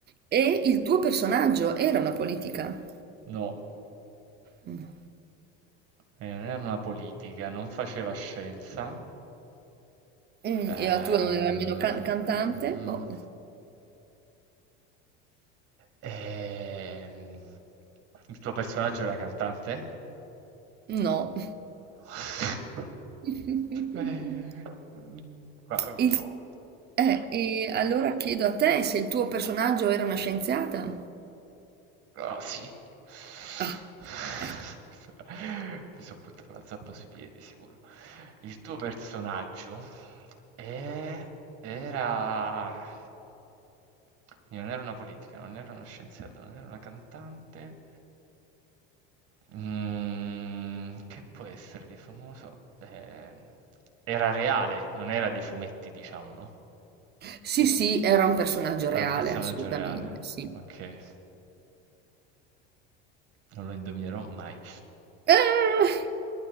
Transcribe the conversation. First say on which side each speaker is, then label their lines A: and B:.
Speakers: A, on the right; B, on the right.
A: E il tuo personaggio era una politica?
B: No,
A: No.
B: eh, non era una politica, non faceva scienza.
A: Mm,
B: Ehm,
A: E la tua non era nemmeno can- cantante?
B: mm,
A: Boh,
B: Ehm, il tuo personaggio era cantante?
A: No.
B: <laughs>
A: <laughs>
B: Eh, mm, ma, eh,
A: Il-
B: boh.
A: eh, e allora chiedo a te se il tuo personaggio era una scienziata?
B: Oh, sì. <laughs>
A: Ah,
B: Questa
A: ecco.
B: mi son buttato la zappa sui piedi sicuro. Il tuo personaggio è era non era una politica, non era una scienziata, non era una cantante. Mhmm, che può essere di famoso? Ehm, era reale, non era dei fumetti diciamo, no?
A: Sì, sì, era un personaggio reale,
B: Era un personaggio
A: assolutamente,
B: reale,
A: sì.
B: ok. Non lo indovinerò mai.
A: Ah!